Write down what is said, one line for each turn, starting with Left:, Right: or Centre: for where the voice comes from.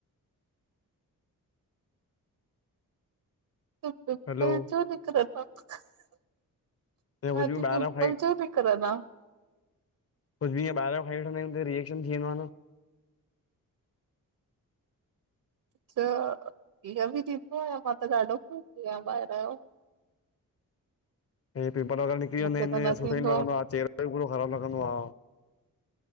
Right: पिंपल
Left: हलो
Right: छो निकरंदा? तांखे
Left: ऐं कुझु बि ॿाहिरां
Right: पिंपल
Left: खाई
Right: छो निकरंदा?
Left: कुझ बि ईअं ॿहिरां खाई वठंदायूं त रिएक्शन थी वेनो आ न।
Right: त ईअं बि थींदो आया मां त ॾाढो खाईंदी आयां ॿाहिरां जो। <inaudible>
Left: हे पिंपल वग़ैरा निकरी
Right: मूंखे
Left: वेंदा आहिन
Right: त
Left: हे सुठो
Right: थींदो
Left: ई न लॻंदो आ चहरो बि पूरो ख़राब लॻंदो आ।